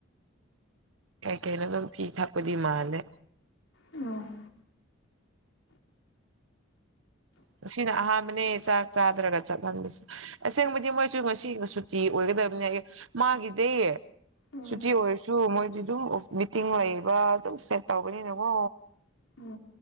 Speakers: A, on the right (about 85°); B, on the left (about 90°).
A: ꯀꯩ ꯀꯩꯅꯣ ꯑꯗꯨꯝ ꯄꯤ ꯊꯛꯄꯗꯤ ꯃꯥꯜꯂꯦ
B: ꯑꯝ
A: ꯉꯁꯤꯅ ꯑꯥꯍꯥꯟꯕꯅꯦ ꯆꯥꯛ ꯆꯥꯗ꯭ꯔꯒ ꯆꯠꯍꯜꯕꯁꯤ ꯑꯁꯦꯡꯕꯗꯤ ꯃꯣꯏꯁꯨ ꯉꯁꯤ ꯁꯨꯇꯤ ꯑꯣꯏꯒꯗꯝꯅꯦꯌꯦ ꯃꯥꯒꯤꯗꯤ
B: ꯎꯝ
A: ꯁꯨꯇꯤ ꯑꯣꯏꯔꯁꯨ ꯃꯣꯏꯗꯤ ꯑꯗꯨꯝ ꯑꯣꯐ ꯃꯤꯇꯤꯡ ꯂꯩꯕ ꯑꯗꯨꯝ ꯁꯦꯠ ꯇꯧꯕꯅꯤꯅꯀꯣ
B: <inaudible>